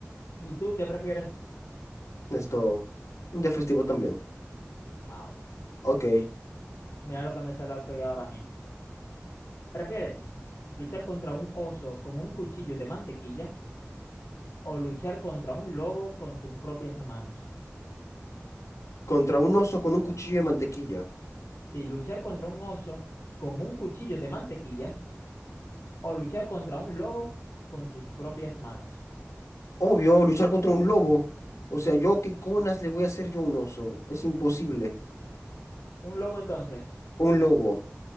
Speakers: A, on the left; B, on the left.
A: ¿Y tú qué prefieres?
B: Esto, un día festivo también.
A: Ah, bueno.
B: Ok,
A: Mira lo que me sale aquí ahora a mí. ¿Prefieres luchar contra un oso con un cuchillo de mantequilla o luchar contra un lobo con tus propias manos?
B: contra un oso con un cuchillo de mantequilla.
A: Si luchar contra un oso con un cuchillo de mantequilla o luchar contra un lobo con tus propias manos.
B: Obvio, luchar contra un lobo. O sea, yo qué conas le voy a hacer yo a un oso. Es imposible.
A: Un lobo entonces.
B: Un lobo.